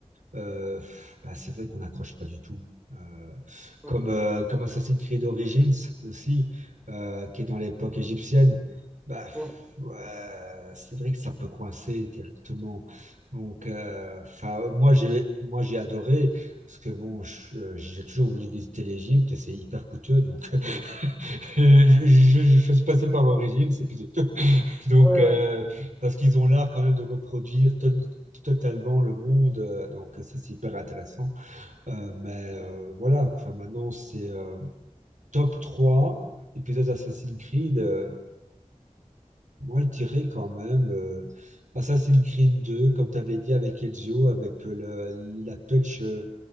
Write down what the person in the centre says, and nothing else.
Mhm.
Mhm.
Ouais,
ouais.